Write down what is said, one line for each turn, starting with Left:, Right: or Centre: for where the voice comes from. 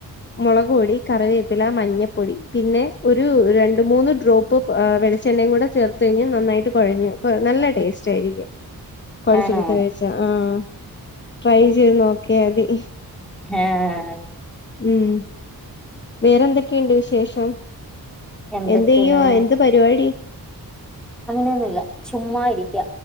Left: മുളക് പൊടി കറിവേപ്പില മഞ്ഞപ്പൊടി പിന്നെ ഒരു രണ്ട് മൂന്ന് ഡ്രോപ്പ്.. ട്രോപ്പ്. വെളിച്ചെണ്ണയും കൂടെ ചേർത്തയിഞ്ഞ നന്നായിട്ട് കൊഴഞ്ഞ് നല്ല ടേസ്റ്റ് ആയിരിക്കും.. കുഴച്ചെടുത്ത്
Centre: ആണോ
Left: കഴിച്ച ആഹ് ട്രൈ ചെയ്ത് നോക്കിയതി..
Centre: ഹേഹ്
Left: ഉം. വേറെന്തൊക്കെണ്ട് വിശേഷം
Centre: എന്തൊക്കെയാണ്
Left: എന്തയ്യോ. എന്ത്.. പരിവാടി..
Centre: അങ്ങനൊന്നുല്ല. ചുമ്മാ ഇരിക്യ..